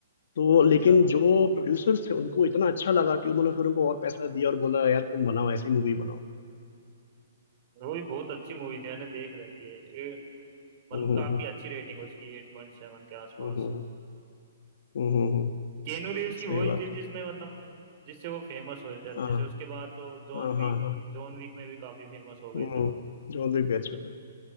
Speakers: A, on the left; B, on the right.
A: तो
B: अच्छा
A: लेकिन जो प्रोड्यूसर्स थे उनको इतना अच्छा लगा कि उन्होंने फिर उनको और पैसा दिया और बोला यार तुम बनाओ ऐसी मूवी बनाओ
B: वो भी बहुत अच्छी मूवी थी मैंने देख रखी है ए- मतलब
A: हम्म, हम्म,
B: काफी
A: हम्म।
B: अच्छी रेटिंग उसकी एट पॉइंट सेवन के आसपास
A: हम्म हम्म हम्म, हम्म,
B: केनू रीव्स की
A: सही
B: वही
A: बात
B: थी
A: है
B: जिसमें मतलब जिससे वो फेमस हुए थे अच्छे
A: हाँ
B: से उसके बाद तो जॉन
A: हाँ
B: वीक
A: हाँ हाँ
B: जॉन वीक में भी काफी फेमस हो गए
A: हम्म
B: थे वो
A: जॉन विक भी अच्छा था